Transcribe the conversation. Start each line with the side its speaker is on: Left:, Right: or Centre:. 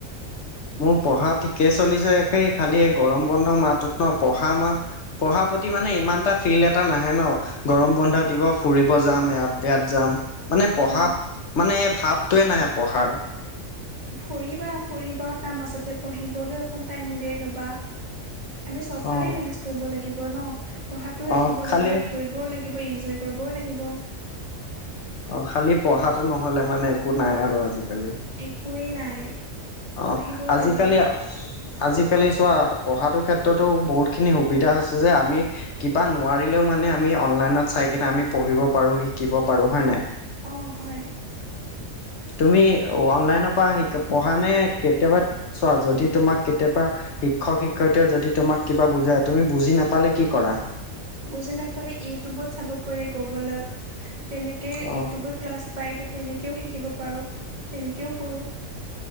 Left: মোৰ পঢ়া ঠিকে চলিছে একেই খালি এই গৰম বন্ধ মাহটোত ন পঢ়া আমা পঢ়াৰ প্ৰতি মানে ইমান এটা ফিল্ড এটা নাহে ন গৰম বন্ধ দিব ফুৰিব যাম, ইয়াত ইয়াত যাম মানে পঢ়া
Right: অ
Left: মানে এই ভাৱটোৱে নাহে পঢ়াৰ।
Right: ফুৰিবা ফুৰিবা তাৰ মাজতে পঢ়িবলৈ অকণ টাইম উলিয়াই লবা। আমি চবফালে
Left: অ
Right: মেনেজ কৰিব লাগিব ন, পঢ়াটো ৰাখিব
Left: অ খালি
Right: লাগিব ঘূৰি কৰিব লাগিব, ইনজয় কৰিবও লাগিব,
Left: অ খালি পঢ়াটো নহ'লে মানে একো নাই আৰু আজিকালি।
Right: একুৱেই নাই পঢ়িবই
Left: অ আজিকালি
Right: লাগে
Left: আজিকালি চোৱা পঢ়াটোৰ ক্ষেত্ৰতো বহুতখিনি সুবিধা আছে যে আমি কিবা নোৱাৰিলেও মানে আমি অনলাইনত চাই কেনে আমি পঢ়িব পাৰো, শিকিব পাৰো, হয় নাই?
Right: অ হয়।
Left: তুমি অনলাইনৰ পৰা পঢ়া নে কেতিয়াবা চোৱা যদি তোমাক কেতিয়াবা শিক্ষক শিক্ষয়িত্ৰীয়ে যদি তোমাক কিবা বুজাই তুমি বুজি নাপালে কি কৰা?
Right: বুজি নাপালে ইউটিউবত চাব পাৰি গুগলত তেনেকেই
Left: অ
Right: ইউটিউবৰ ক্লাছ পায় তেনেকৈও শিকিব পাৰোঁ, তেনেকেও কৰোঁ।